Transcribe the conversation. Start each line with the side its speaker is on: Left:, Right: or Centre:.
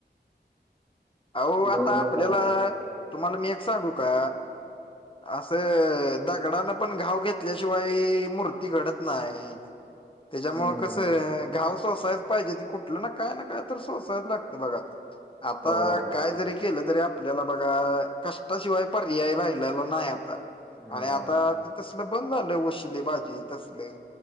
Left: आओ आता
Centre: लय बेकार
Left: आपल्याला,
Centre: होते
Left: तुम्हाला मी एक सांगू का? असं दगडानं पण घाव घेतल्याशिवाय मूर्ती घडत नाही. त्याच्यामुळे
Centre: हम्म.
Left: कसं घावसा आहे. पाहिजे ते कुठलं ना काय ना काय तर सोसायला लागतं बघा. आता
Centre: हो हो
Left: काय जरी केलं तरी आपल्याला बघा, कष्टाशिवाय पर्याय राहिलेला नाही आता.
Centre: नाही.
Left: आणि आता ते तसल बंद झालं वशिलेबाजी तसलं